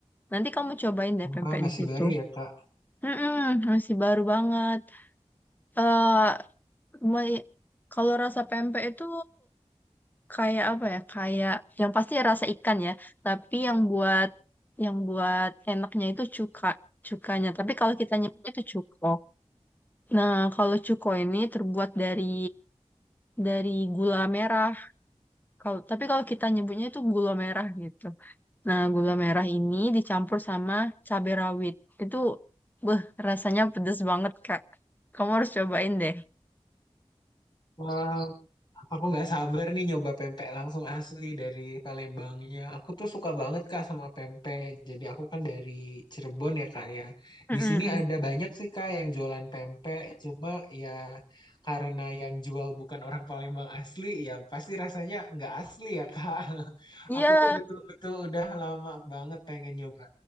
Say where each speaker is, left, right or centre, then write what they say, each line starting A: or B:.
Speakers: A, on the left; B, on the left.
A: Nanti kamu cobain deh
B: Wah,
A: pempek
B: masih
A: di situ.
B: baru ya Kak.
A: Mm-mm, masih baru banget. eh me- kalau rasa pempek itu kayak apa ya? Kayak yang pasti rasa ikan ya. Tapi yang buat yang buat enaknya itu cuka, cukanya. Tapi kalau kita nyebutnya itu cuko. Nah, kalau cuko ini terbuat dari dari gula merah. Kalau tapi kalau kita nyebutnya itu gula merah gitu. Nah, gula merah ini dicampur sama cabai rawit. Itu, beh, rasanya pedes banget, Kak. Kamu harus cobain deh.
B: Wah, Aku nggak sabar nih nyoba pempek langsung asli dari Palembangnya. Aku tuh suka banget Kak sama pempek. Jadi aku kan dari Cirebon ya Kak ya.
A: Mm-mm,
B: Di sini
A: mm.
B: ada banyak sih Kak yang jualan pempek. Cuma ya karena yang jual bukan orang Palembang asli ya pasti rasanya nggak asli ya Kak. <laughs>
A: Iya,
B: Aku tuh betul-betul udah lama banget pengen nyoba